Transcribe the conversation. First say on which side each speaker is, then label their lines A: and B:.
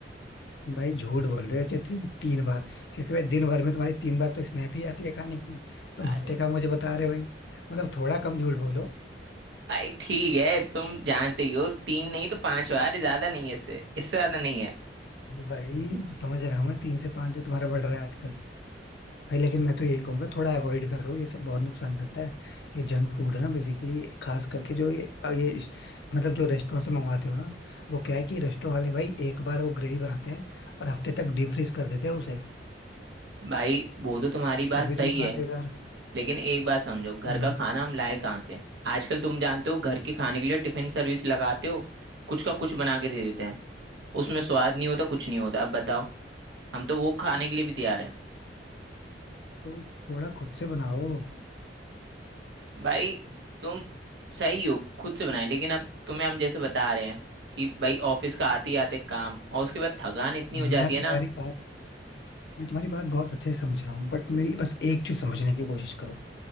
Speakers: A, on the left; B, on the right.
A: भाई झूठ बोल रहे हो जो तुम तीन बार क्योंकि भाई दिन भर में तुम्हारी तीन बार तो स्नैप ही आती है खाने की तुम
B: अरे
A: हफ्ते का मुझे बता रहे हो भाई मतलब थोड़ा कम झूठ बोलो
B: भाई ठीक है तुम जानते ही हो तीन नहीं तो पांच बार ज्यादा नहीं है इससे इससे ज्यादा नहीं है
A: भाई समझ रहा हूँ मैं तीन से पांच जो तुम्हारा बढ़ रहा है आजकल भाई लेकिन मैं तो यही कहूंगा थोड़ा अवॉइड करो ये सब बहुत नुकसान करता है ये जंक फूड है ना बेसिकली खास करके जो ये ये इस- मतलब जो रेस्टोरेंट से मंगवाते हो ना वो क्या है कि रेस्टोरेंट वाले भाई एक बार वो ग्रेवी बनाते हैं और हफ्ते तक डीप फ्रीज कर देते हैं उसे
B: भाई वो तो तुम्हारी बात
A: तो अभी
B: सही
A: तुम खा
B: है
A: रहे हो यार
B: लेकिन एक बात समझो घर
A: हम्म
B: का खाना हम लाए कहाँ से आजकल तुम जानते हो घर के खाने के लिए टिफिन सर्विस लगाते हो कुछ का कुछ बना के दे देते हैं उसमें स्वाद नहीं होता कुछ नहीं होता अब बताओ हम तो वो खाने के लिए भी तैयार हैं
A: तो थोड़ा खुद से बनाओ
B: भाई तुम सही हो खुद से बनाए लेकिन अब तुम्हें हम जैसे बता रहे हैं कि भाई ऑफिस का आते ही आते काम और उसके बाद थकान इतनी हो जाती
A: मैं
B: है
A: तुम्हारी
B: ना
A: बात मैं तुम्हारी बात बहुत अच्छे से समझ रहा हूँ बट मेरी बस एक चीज समझने की कोशिश करो